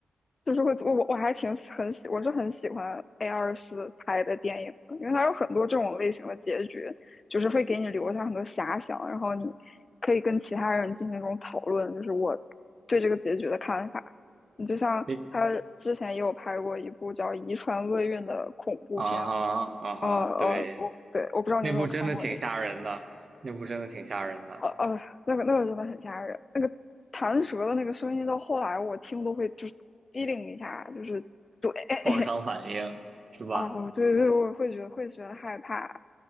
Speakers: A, on the left (about 40°); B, on the right (about 55°).
A: 就是会我我我还挺喜很喜，我是很喜欢 A 二四拍的电影的，因为它有很多这种类型的结局，就是会给你留下很多遐想，然后你可以跟其他人进行这种讨论，就是我对这个结局的看法。你就像他之前也有拍过一部叫《遗传厄运》的恐怖片，
B: 诶，啊哈啊哈，
A: 呃呃，
B: 对，
A: 我对我不知道你有没有看过那个。
B: 那部真的挺吓人的，那部真的挺吓人的，
A: 呃呃，那个那个真的很吓人，那个弹舌的那个声音，到后来我听都会就是机灵一下，就是对，
B: 创伤反应是吧？
A: <laughs> 哦，对对，我会觉得会觉得害怕。